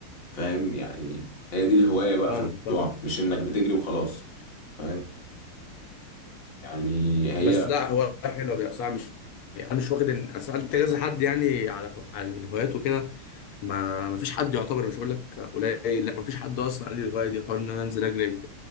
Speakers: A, on the left; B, on the left.
A: فاهم يعني هي دي الهواية بقى
B: فاهم
A: في الموضوع
B: فاهم
A: مش انك بتجري وخلاص فاهم يعني هي
B: بس لا هواية حلوة بقى بصراحة مش يعني، أنا مش واخد إن أنا سألت كذا حد يعني على على الهوايات وكده ما ما فيش حد يعتبر مش هقول لك قليل لا ما فيش حد أصلا قال لي الهواية دي حوار إن أنا أنزل أجري